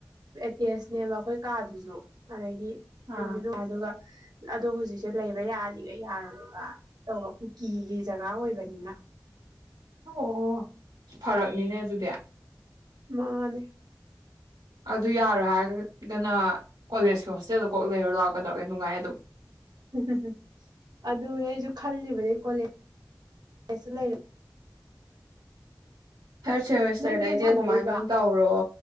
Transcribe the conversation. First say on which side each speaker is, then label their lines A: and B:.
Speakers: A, on the right; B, on the right.
A: ꯑꯦꯇꯦꯁꯅꯦꯕ ꯑꯩꯈꯣꯏ ꯀꯥꯗꯨꯖꯨ ꯑꯗꯒꯤ ꯅꯨꯡꯖꯨ
B: ꯑꯥ
A: ꯅꯨꯡꯉꯥꯏꯗꯨꯒ ꯑꯗꯣ ꯍꯧꯖꯤꯛꯁꯦ ꯂꯩꯕ ꯌꯥꯅꯤꯒ ꯌꯥꯔꯣꯏꯒ ꯇꯧꯕ ꯀꯨꯀꯤꯒꯤ ꯖꯒꯥ ꯑꯣꯏꯕꯅꯤꯅ
B: ꯑꯣ ꯐꯔꯛꯅꯤꯅꯦ ꯑꯗꯨꯗꯤ
A: ꯃꯥꯟꯅꯦ
B: ꯑꯗꯨ ꯌꯥꯔꯣꯏ ꯍꯥꯏꯔꯒꯅ ꯀꯣꯂꯦꯖꯀꯤ ꯍꯣꯁꯇꯦꯜꯗ ꯀꯣꯛ ꯂꯩꯔꯣ ꯂꯥꯛꯑꯣ ꯀꯗꯧꯔꯒꯦ ꯅꯨꯡꯉꯥꯏ ꯑꯗꯨꯝ
A: ꯍ ꯍ ꯑꯗꯨꯅꯦ ꯑꯩꯖꯨ ꯈꯜꯂꯤꯕꯅꯤ ꯀꯣꯂꯦꯖꯇ ꯂꯩꯔ
B: ꯊꯥꯔ ꯁꯦꯃꯦꯁꯇꯔꯗꯩꯗꯤ
A: ꯅꯪ ꯒꯦꯝ ꯁꯥꯟꯅꯔꯤꯕ
B: ꯑꯗꯨꯃꯥꯏꯅ ꯑꯣꯏꯅ ꯇꯧꯔꯣ